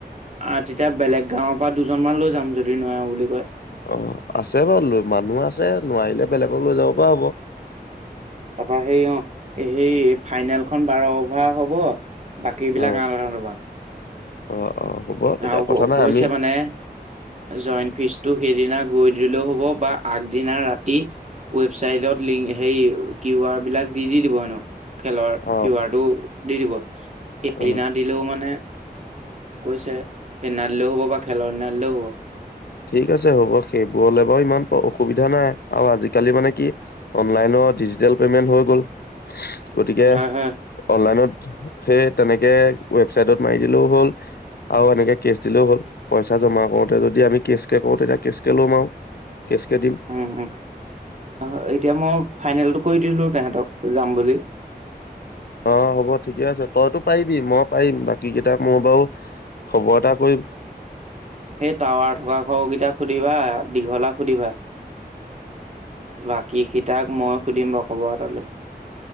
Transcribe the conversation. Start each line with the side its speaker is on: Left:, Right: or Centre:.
Right: আহ তেতিয়া বেলেগ গাঁওৰ পৰা দুজন মান লৈ যাম যদি। যদি নোৱাৰোঁ বুলি কয়।
Left: অ আছে বাৰু লো- মানুহ আছে নোৱাৰিলে বেলেগক লৈ যাব পৰা হ'ব।
Right: তাৰপা সেই অ' এই সেই ফাইনেলখন বাৰ অভাৰ হ'ব। বাকীবিলাক
Left: অ
Right: আ <unintelligible> অভাৰ।
Left: অ'। অ হ'ব তেতিয়া
Right: আৰু ক-
Left: কথা নাই
Right: কৈছে
Left: আমি
Right: মানে, জইন ফিজটো সেইদিনা গৈ দিলেও হব বা আগদিনা ৰাতি ৱেবছাইটত লিং- সেই কিউ আৰ বিলাক দি - দি দিব হেনো। খেলৰ
Left: অ
Right: কিউ আৰটো দি দিব। সেইদিনা
Left: অ
Right: দিলেও মানে কৈছে, সেইদিনা দিলেও হ'ব বা খেলৰ দিনা দিলেও হব।
Left: ঠিক আছে, হ'ব। সেইবোৰলে বাৰু ইমান অসুবিধা নাই। আৰু আজিকালি মানে কি, অনলাইনত ডিজিটেল পেমেন্ট হৈ গ'ল। গতিকে
Right: হয় হয়
Left: অনলাইনত সেই তেনেকে ৱেবছাইটত মাৰি দিলেও হ'ল। আৰু এনেকে কেছ দিলেও হ'ল। পইচা জমা কৰোঁতে যদি আমি কেছকে কৰোঁ, তেতিয়া কেছ কে লম আৰু। কেচকে দিম
Right: উম - উম। অ'- এতিয়া মই ফাইনেলটো কৰি দিলোঁ তেহেতক। যাম বুলি।
Left: অ' হ'ব, ঠিকে আছে। তইতো পাৰিবি, মই পাৰিম। বাকীকেইটাক মোৰ বাৰু, খবৰ এটা কৰিম।
Right: সেই টাৱাৰ থকা ঘৰকেইটাক সুধিবা। দীঘলাক সুধিবা। বাকীকেইটাক মই সুধিম বাৰু, খবৰ এটা লৈ।